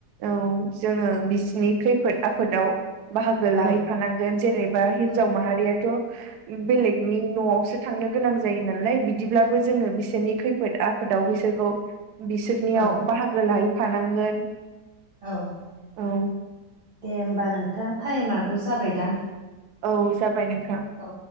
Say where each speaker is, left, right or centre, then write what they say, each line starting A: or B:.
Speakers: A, on the right; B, on the right.
A: औ जोङो बिसिनि खैफोद आफोदाव बाहागो लाहैफानांगोन
B: औ
A: जेनेबा हिनजाव
B: औ
A: माहारियाथ' बेलेगनि न'आवसो थांनो गोनां जायो नालाय बिदिब्लाबो जोङो बिसोरनि खैफोद आफोद फोदाव बिसोरखौ बिसोरनियाव
B: औ
A: बाहागो लाहैफानांगोन
B: औ नोंथां
A: औ
B: दे होमबा नोंथां टाइमाबो जाबायदां
A: औ जाबाय नोंथां
B: औ